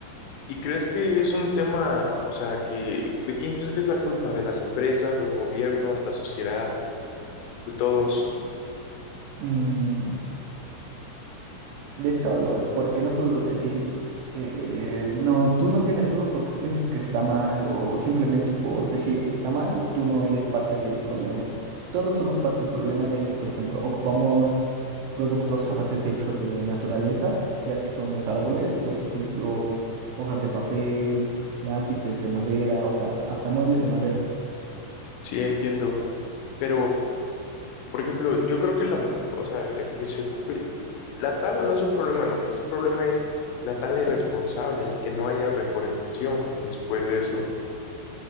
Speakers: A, on the left; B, on the right.
A: ¿Y crees que es un tema, o sea, que de quién crees que es la culpa? ¿De las empresas, los gobiernos, la sociedad, de todos?
B: Mm, de todos, porque no puedo decir, eh, no, tú no tienes la culpa porque tú piensas que está mal o simplemente por decir está mal, tú no eres parte del problema. Todos somos parte del problema ya que, por ejemplo, ocupamos productos a bases hechos de naturalezas, ya que son los árboles, por ejemplo, hojas de papel, lápices de madera, o sea, hasta muebles de madera.
A: Sí, entiendo. Pero, por ejemplo, yo creo que la, mm, o sea, la que se ocupe, la tala no es un problema, lo que es problema es la tala irresponsable y que no haya reforestación después de eso.